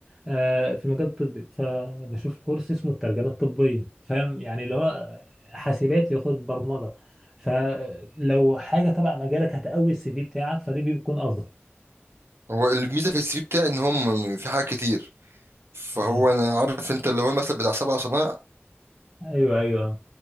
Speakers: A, in the centre; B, on the right.
A: آه، في مجال طبي فبشوف كورس اسمه الترجمة الطبية فاهم يعني اللي هو حاسبات ياخد برمجة فلو حاجة تبع مجالك هتقوي السي في بتاعك فدي بيكون أفضل
B: هو الميزة في السي في بتاعي ان هم في حاجات كتير فهو
A: مم.
B: انا عارف انت اللي هو المثل بتاع سبع صنايع
A: أيوه أيوه